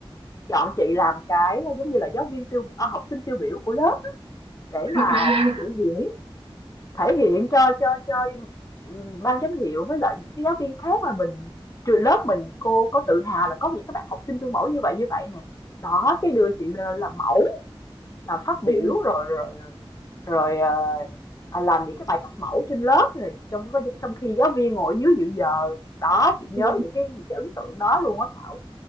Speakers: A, on the left (about 35°); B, on the right (about 75°).
A: chọn chị làm cái, giống như là, giáo viên tiêu à, học sinh tiêu biểu của lớp để
B: <laughs>
A: mà biểu diễn thể hiện cho cho cho ban giám hiệu với lại những cái giáo viên khác mà mình trường lớp mình cô có tự hào là có những các bạn học sinh gương mẫu như vậy như vậy nè đó cái đưa chị lên làm mẫu làm phát biểu
B: Ừ.
A: rồi rồi rồi ờ, à, làm những cái bài tập mẫu trên lớp này trong trong khi giáo viên ngồi dưới dự giờ đó chị nhớ
B: Ừ.
A: những cái những cái ấn tượng đó luôn á Thảo